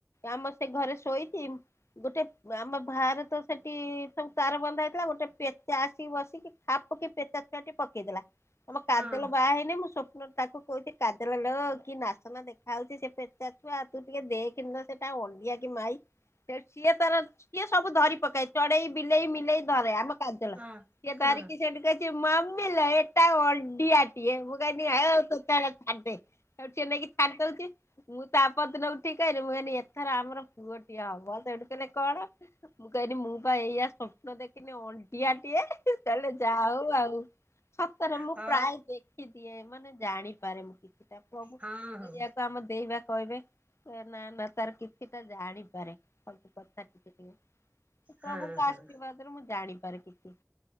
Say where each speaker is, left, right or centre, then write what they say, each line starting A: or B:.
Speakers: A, on the left; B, on the right.
A: ଆମ ସେ ଘରେ ଶୋଇଛି ଗୋଟେ ଆମ ବାହାରେ ତ ସେଠି ସବୁ ତାର ବନ୍ଧା ହେଇ ଗୋଟେ ପେଚା ଆସିକି ବସିକି ଖାପ୍କି ପେଟା ଛୁଆଟି ପକେଇଦେଲା। ଆମ କାଜଲ
B: ହଁ
A: ବାହା ହେଇନି ମୁଁ ସ୍ୱପ୍ନ ତାକୁ କହୁଥିଲି କାଜଲ ଲୋ କି ନାଶନା ଦେଖାଯାଉଛି ସେ ପେଚା ଛୁଆ ତୁ ଟିକେ ଦେଖେ ନା ସେଟା ଅଣ୍ଡିଆ କି ମାଇ ସିଏ ତାର ସିଏ ସବୁ ଧରି ପକାଏ ଚଢେଇ ବିଲେଇ ମିଲେଇ ଆମ କାଜଲ
B: ହଁ
A: କିଏ
B: ହଁ
A: ଧରିକି ସେଠି କହୁଛି ମମିଲୋ ଏଟା ଅଡିଆ ସିଏ ମୁଁ କଇଲି ହଉ ତୁ ତାର ଛାଡ଼ଦେ ହେଠୁ ସିଏ ନେଇକି ଛାଡ଼ି ଦଉଚି। ମୁଁ ତାପରଦିନ ଉଠିକି କହିଲି ମୁଁ କଇଁଲି ଏଥର ଆମର ପୁଅ ଟିଏ ହବ ସେଇଠୁ କହିଲେ କଣ? ମୁଁ କହିଲି ମୁଁ ପା ଏଇଆ ସ୍ୱପ୍ନ ଦେଖ ଅଣ୍ଡିଆଟିଏ ତାହଲେ ଯାହା ହଉ ଆଉ ସତରେ ମୁଁ
B: ହଁ ଅ
A: ପ୍ରାୟ ଦେଖେ ଦେଖିଦିଏ ମାନେ ଜାଣିପାରେ ମୁଁ କିଛିଟା ପ୍ରଭୁ
B: ହଁ ହଁ।
A: ଆକୁ ଆମ ଦେଇବା କହିବେ ନା ନା ତାର କିଛିଟା ଜାଣିପାରେ ସବୁ କଥା ଟିକେ ଟିକେ ପ୍ରଭୁଙ୍କ
B: ହଁ ହଁ
A: ଆଶୀର୍ବାଦରୁ ମୁଁ ଜାଣିପାର କିଛି।